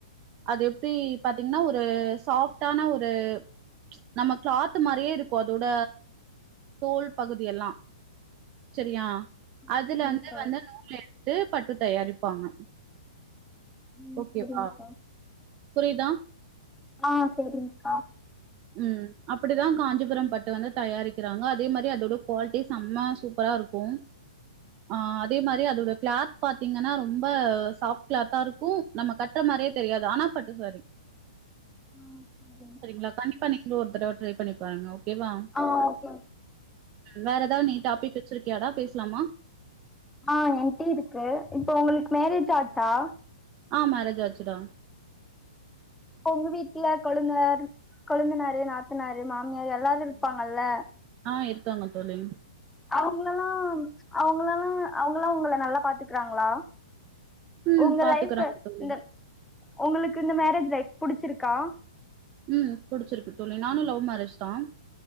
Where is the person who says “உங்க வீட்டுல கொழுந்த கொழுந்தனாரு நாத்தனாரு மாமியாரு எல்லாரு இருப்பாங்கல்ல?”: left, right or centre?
Centre